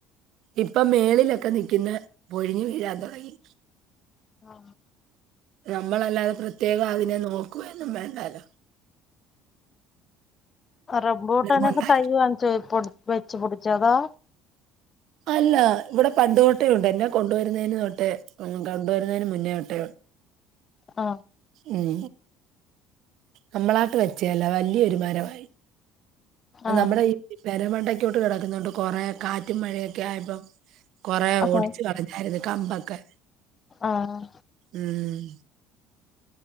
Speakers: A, on the right; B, on the left.
A: ഇപ്പം മേളിലൊക്കെ നിക്കുന്നെ പൊഴിഞ്ഞ് വീഴാൻ തൊടങ്ങി.
B: ആ ആ
A: നമ്മളല്ലാതെ പ്രത്യേകം അതിനെ നോക്കുക ഒന്നും വേണ്ടാലോ
B: റംബൂട്ടാനൊക്കെ
A: കൊണ്ടായി
B: തൈ വാങ്ങിച്ച് വെച്ച് പിടിച്ചതോ
A: ഇല്ല ഇവിടെ പണ്ട് തൊട്ടേ ഉണ്ട് എന്നെ കൊണ്ടുവരുന്നതിന് തൊട്ടെ കൊണ്ടുവരുന്നതിന് മുന്നേ തൊട്ടേ
B: ആ
A: ഉം നമ്മളാട്ട് വെച്ചയല്ല വലിയൊരു മരമായി
B: ആഹ്
A: നമ്മുടെ ഈ പെര മണ്ടയ്ക്കോട്ട് കിടക്കുന്നോണ്ട് കുറെ കാറ്റും മഴയൊക്കെ ആയപ്പം കൊറെ ഓടിച്ച്
B: ആഹ്
A: കളഞ്ഞായിരുന്നു കമ്പൊക്കെ
B: ആഹ്
A: ഉം